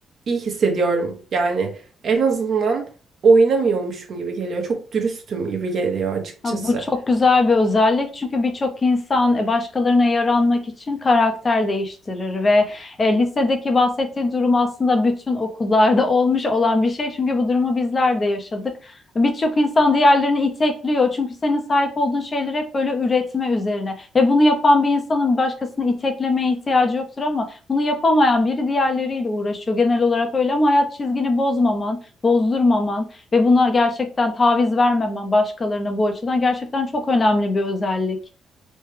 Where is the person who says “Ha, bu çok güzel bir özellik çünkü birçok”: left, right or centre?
Left